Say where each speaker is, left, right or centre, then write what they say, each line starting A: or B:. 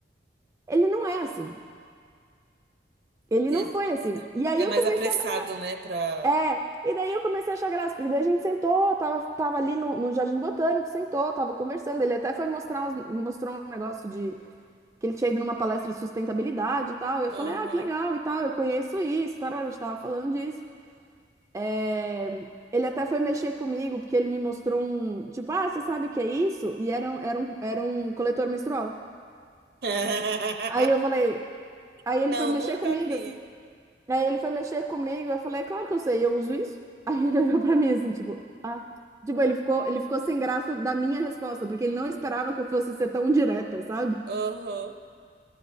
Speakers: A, on the right; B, on the right.
A: Ele não é assim. Ele
B: Ele
A: não foi assim. E aí
B: é
A: eu
B: mais
A: comecei
B: apressado,
A: a dar graça.
B: né, pra...
A: É, e daí eu comecei a achar graça, porque daí a gente sentou, tava, tava ali no, no Jardim Botânico, sentou, tava conversando. Ele até foi mostrar uns- mostrou um negócio que ele tinha ido numa palestra de sustentabilidade e tal. E eu
B: Aham.
A: falei, ah, que legal e tal, eu conheço isso, tarara, a gente tava falando disso. É, Ele até foi mexer comigo, porque ele me mostrou um, tipo, ah, você sabe o que é isso? E era, um- era, um, era um coletor menstrual.
B: <laughs>
A: Aí eu falei, aí ele
B: Não,
A: foi mexer
B: nunca
A: comigo,
B: vi.
A: assim. Aí ele foi mexer comigo, eu falei, é claro que eu sei, eu uso isso. Aí ele <laughs> olhou pra mim assim, tipo, ah. Tipo, ele ficou, ele ficou sem graça da minha resposta, porque ele não esperava que eu fosse ser tão direta, sabe?
B: Aham,